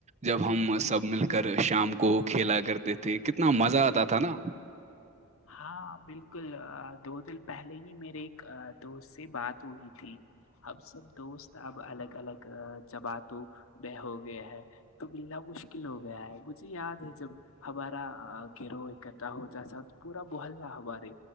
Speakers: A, on the right (about 30°); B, on the left (about 65°).
A: جب ہم سب مل کر شام کو کھیلا کرتے تھے کتنا مزہ آتا تھا نا
B: ہاں بالکل دو دل پہلے ہی میرے ایک دوست سے بات ہوئی تھی اب سب دوست اب الگ الگ جمعاتوں ب ہو گئے ہیں تو ملنا مشکل ہو گیا ہے مجھے یاد ہے جب ہمارا گرو اکٹا ہو جیسا ہو تو پورا محللہ ہمارے